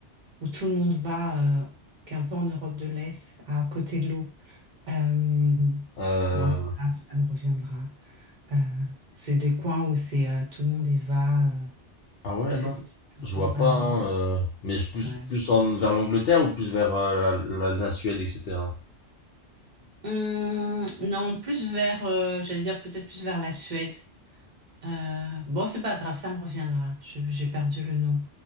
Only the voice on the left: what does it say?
Euh,
ah ouais,
non.
Je
vois pas, hein,
euh, mais je- plus,
plus en, vers l'Angleterre ou plus vers euh, la, la, la Suède, etc.